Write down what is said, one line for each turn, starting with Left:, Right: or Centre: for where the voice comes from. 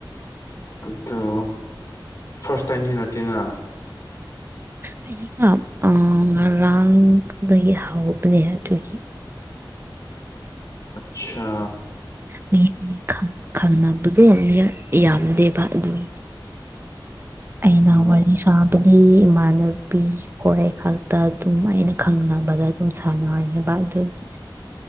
Left: ꯑꯗꯨ ꯐꯥꯔꯁ ꯇꯥꯏꯝꯗꯤ ꯅꯠꯇꯦꯗꯅ
Right: ꯑꯩꯀ ꯉꯔꯥꯡꯗꯒꯤ ꯍꯧꯕꯅꯦ ꯑꯗꯨꯒꯤ
Left: ꯑꯁꯥ
Right: ꯃꯤ ꯑꯅꯤ ꯈꯪꯅꯕꯗꯣ ꯌꯥꯝꯗꯦꯕ ꯑꯗꯨꯒꯤ ꯑꯩꯅ
Left: ꯎꯝ
Right: ꯋꯥꯔꯤ ꯁꯥꯕꯗꯤ ꯏꯃꯥꯟꯅꯕꯤ ꯍꯣꯏ ꯈꯛꯇ ꯑꯗꯨꯝ ꯑꯩꯅ ꯈꯪꯅꯕꯗ ꯑꯗꯨꯝ ꯁꯥꯟꯅꯉꯥꯏꯅꯦꯕ ꯑꯗꯨꯒꯤ